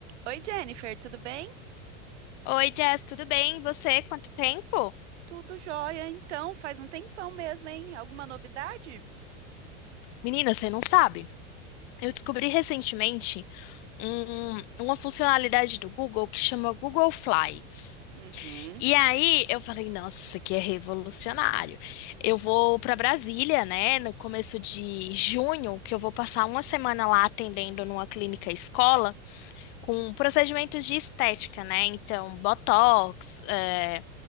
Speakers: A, on the right; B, on the left.
A: Oi, Jennifer, tudo bem?
B: Oi, Jess, tudo bem? E Você, quanto tempo?
A: Tudo jóia, então, faz um tempão mesmo, hein? Alguma novidade?
B: Menina, você não sabe. Eu descobri recentemente um- uma funcionalidade do Google que chama Google Flights.
A: Uhum,
B: E aí eu falei, nossa, isso aqui é revolucionário. Eu vou para Brasília, né, no começo de junho, que eu vou passar uma semana lá atendendo numa clínica escola com procedimentos de estética, né? Então, botox, eh,